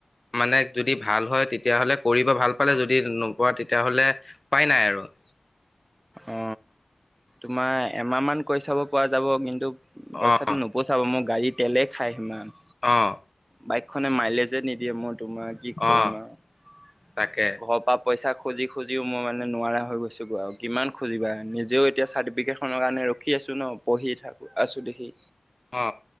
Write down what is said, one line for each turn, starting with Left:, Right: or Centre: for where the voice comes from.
Left: মানে যদি ভাল হয় তেতিয়াহ'লে কৰিব ভাল পালে যদি নোপোৱা তেতিয়াহ'লে ওপাই নাই আৰু <inaudible>
Right: অ তোমাৰ এমাহমান কৰি চাব পৰা যাব কিন্তু
Left: অ',
Right: পইচাটো নোপোচাব মোক গাড়ী তেলেই খায় সিমান
Left: আহ
Right: বাইকখনে মাইলেজে নিদিয়ে মই তোমাক কি কৰিম
Left: অ',
Right: আৰু
Left: তাকে
Right: ঘৰৰ পৰা পইচা খুজি খুজি মই মানে নোৱাৰা হৈ গৈছোঁ বৈ আৰু কিমান খুজিবা নিজেও এতিয়া চাৰ্টিফিকেটখনৰ কাৰণে ৰখি আছো ন পঢ়ি থাকো আছো দেখি
Left: অ